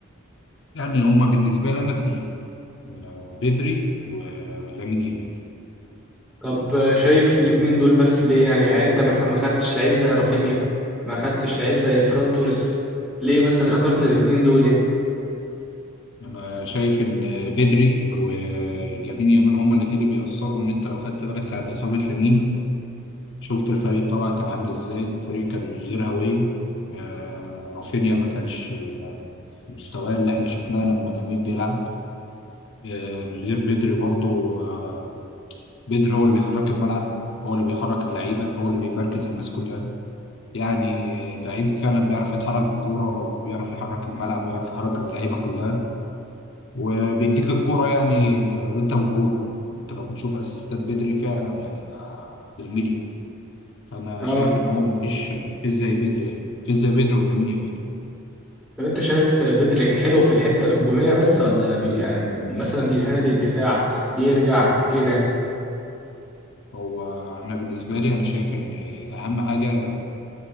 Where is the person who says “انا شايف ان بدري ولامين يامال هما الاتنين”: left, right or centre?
Left